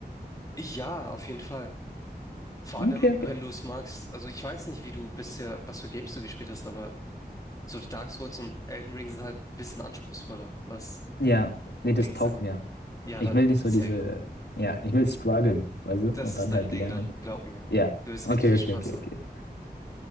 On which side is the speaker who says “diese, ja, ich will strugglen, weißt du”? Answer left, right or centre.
Left